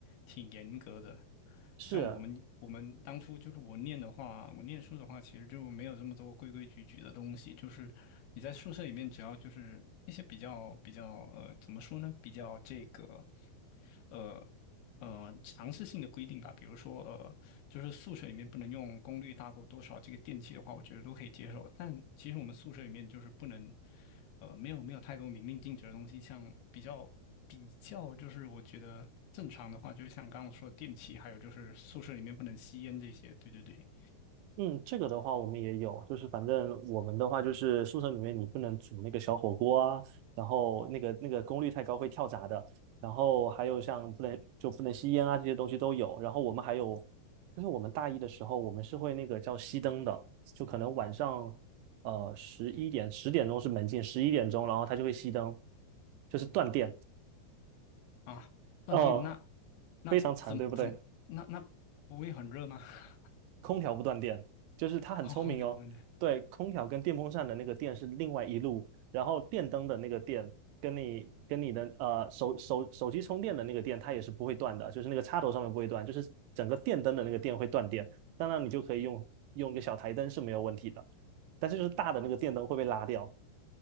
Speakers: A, on the left; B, on the right.
A: 挺严格的。
B: 是啊，
A: 像我们我们当初就是我念的话，我念书的话，其实就没有这么多规规矩矩的东西。就是你在宿舍里面，只要就是一些比较比较呃，怎么说呢？比较这个呃呃尝试性的规定吧。比如说呃，就是宿舍里面不能用功率大过多少这个电器的话，我觉得都可以接受。但其实我们宿舍里面就是不能呃没有没有太多明令禁止的东西，像比较。比较就是我觉得正常的话，就是像刚刚我说的电器，还有就是宿舍里面不能吸烟这些。对对对，
B: 嗯，这个的话我们也有，就是反正我们的话就是宿舍里面你不能煮那个小火锅啊，然后那个那个功率太高会跳闸的，然后还有像不能就不能吸烟啊这些东西都有，然后我们还有就是我们大一的时候我们是会那个叫熄灯的，就可能晚上呃十一点十点钟是门禁，十一点钟然后它就会熄灯，就是断电，
A: 啊，断电那
B: 呃，
A: 那怎么怎么那那不会很热吗？
B: 非常惨，对不对？
A: <laughs>
B: 空调不断电，就是它很聪明哦。
A: 哦，空调断电，
B: 对，空调跟电风扇的那个电是另外一路，然后电灯的那个电跟你跟你的呃手手手机充电的那个电，它也是不会断的，就是那个插头上面不会断，就是整个电灯的那个电会断电。当然，你就可以用用一个小台灯是没有问题的，但是就是大的那个电灯会被拉掉。